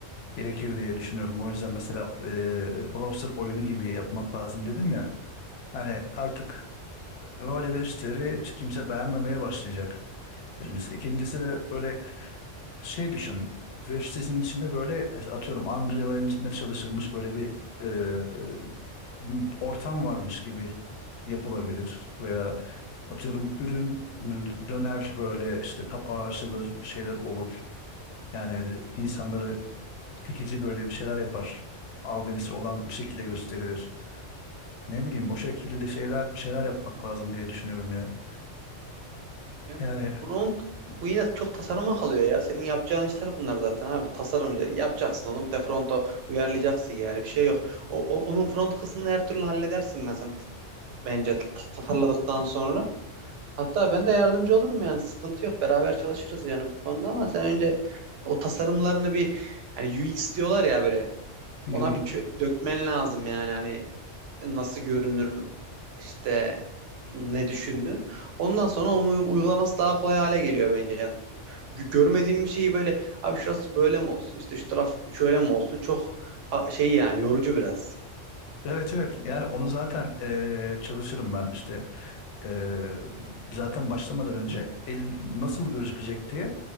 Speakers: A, on the left; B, on the right.
A: gerekir diye düşünüyorum. O yüzden mesela e, browser oyunu gibi yapmak lazım dedim ya. Hani artık böyle web siteleri kimse beğenmemeye başlayacak. Birincisi. İkincisi de böyle şey düşün. Web sitesinin içinde böyle atıyorum Unreal Engine'de çalışılmış böyle bir e, e, ortam varmış gibi yapılabilir. Veya atıyorum ürün döner böyle işte kapağı açılır bir şeyler olur. Yani insanları çekici böyle bir şeyler yapar. Albenisi olan bir şekilde gösterilir. Ne bileyim o şekilde şeyler bir şeyler yapmak lazım diye düşünüyorum ya.
B: Ya
A: Yani
B: front bu yine çok tasarıma kalıyor ya. Senin yapacağın işler bunlar zaten abi. Tasarımcı yapacaksın onu bir de fronta uyarlayacaksın yani. Bir şey yok. O, o- onun front kısmını her türlü halledersin ben sen t- bence t- tasarladıktan sonra. Hatta ben de yardımcı olurum yani. Sıkıntı yok. Beraber çalışırız yani bu konuda ama sen önce o tasarımlarını bir yani UX diyorlar ya böyle
A: Hı
B: ona
A: hı.
B: bir çö- dökmen lazım yani. Hani nasıl görünür işte ne düşündün. Ondan sonra onu uygulaması daha kolay hale geliyor bence. Yani gö- görmediğim bir şeyi böyle abi şurası böyle mi olsun işte şu taraf şöyle mi olsun çok ha- şey yani yorucu biraz.
A: Evet evet yani onu zaten eee, çalışırım ben işte Ee, zaten başlamadan önce el nasıl gözükecek diye